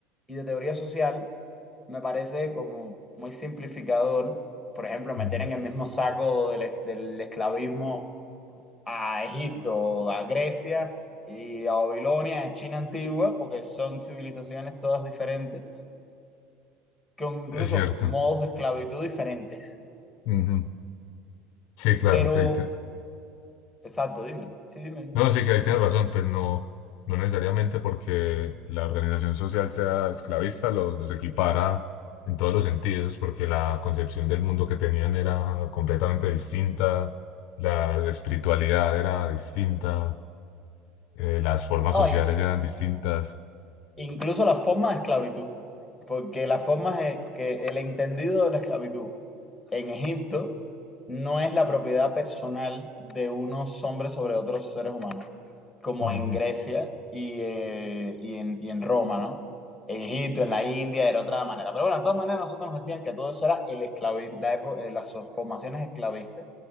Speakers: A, in the centre; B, on the left.
A: y de teoría social, me parece como muy simplificador, por ejemplo, meter
B: Ujú.
A: en el mismo saco del, del esclavismo a Egipto, a Grecia y a Babilonia, a China antigua, porque son civilizaciones todas diferentes, con incluso
B: Es cierto.
A: modos de esclavitud diferentes.
B: Ujú. Sí, claro.
A: Pero,
B: te. te-
A: exacto, dime, sí, dime.
B: No, sí que ahí tienes razón, pues no, no necesariamente porque la organización social sea esclavista lo- los equipara en todos los sentidos, porque la concepción del mundo que tenían era completamente distinta, la espiritualidad era distinta, eh, las formas
A: No,
B: sociales
A: y-
B: eran distintas.
A: incluso las formas de esclavitud, porque las formas de- que el entendido de la esclavitud en Egipto no es la propiedad personal de unos hombres sobre otros seres humanos, como
B: Ujú.
A: en Grecia y, eh, y, en, y en Roma, ¿no? En Egipto, en la India, era otra manera. Pero bueno, de todas maneras, nosotros nos decían que todo eso era el esclavi- la epo- eh, las formaciones esclavistas,